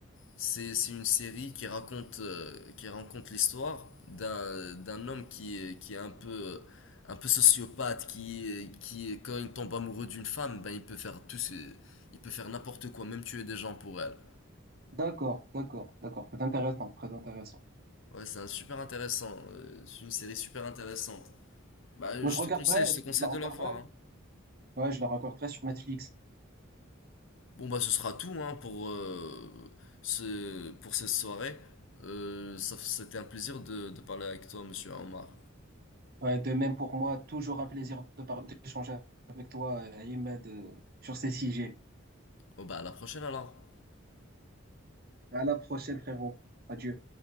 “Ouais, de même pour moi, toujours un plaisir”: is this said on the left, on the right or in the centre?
Right